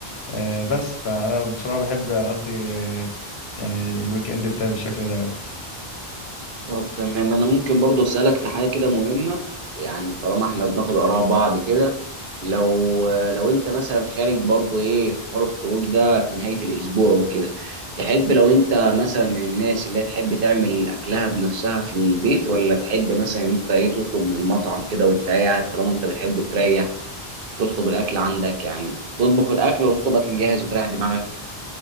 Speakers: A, on the left; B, on the right.
A: آه، بس فأنا بصراحة بحب أقضي آه، يعني الويك إند بتاعي بالشكل دوت
B: طب تمام انا ممكن برضو اسالك في حاجه كده مهمه يعني طالما احنا بناخد اراء بعض كده لو لو انت مثلا خارج برضو ايه في حوار الخروج ده في نهايه الاسبوع وكده تحب لو انت مثلا من الناس اللي هي تحب تعمل اكلها بنفسها في البيت ولا تحب مثلا انت ايه تطلب من المطعم كده وانت قاعد طالما انت بتحب تريح تطلب الاكل عندك يعني تطبخ الاكل وتطلب اكل جاهز وتريح دماغك